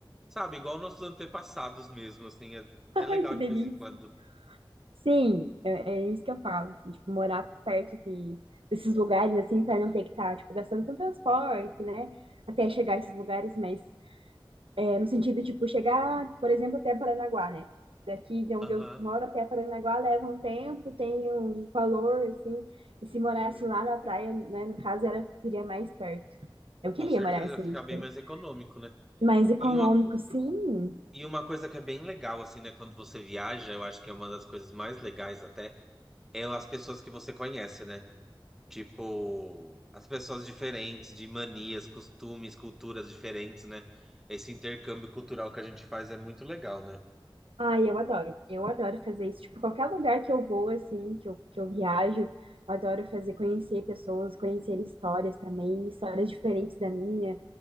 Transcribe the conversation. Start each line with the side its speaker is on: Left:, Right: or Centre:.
Centre: Sabe, igual nossos antepassados mesmo, assim. É,
Right: <laughs> Ai,
Centre: é legal
Right: que
Centre: de
Right: delícia.
Centre: vez em quando.
Right: Sim, é, é isso que eu falo, assim, tipo, morar perto de desses lugares assim, para não ter que estar, tipo, gastando com transporte, né? Até chegar a esses lugares, mas É, no sentido, tipo, chegar, por exemplo, até Paranaguá, né? Daqui de onde
Centre: Aham.
Right: eu moro até Paranaguá leva um tempo, tem um valor, assim. E se morasse lá na praia, né, no caso, era, seria mais perto. Eu
Centre: Com
Right: queria
Centre: certeza,
Right: morar assim,
Centre: fica
Right: tipo,
Centre: bem mais econômico, né?
Right: mais econômico,
Centre: E uma
Right: sim.
Centre: E uma coisa que é bem legal, assim, né? Quando você viaja, eu acho que é uma das coisas mais legais até, é as pessoas que você conhece, né? Tipo, as pessoas diferentes, de manias, costumes, culturas diferentes, né? Esse intercâmbio cultural que a gente faz é muito legal, né?
Right: Ai, eu adoro. Eu adoro fazer isso. Tipo, qualquer lugar que eu vou, assim, que eu, que eu viajo, eu adoro fazer, conhecer pessoas, conhecer histórias também, histórias diferentes da minha.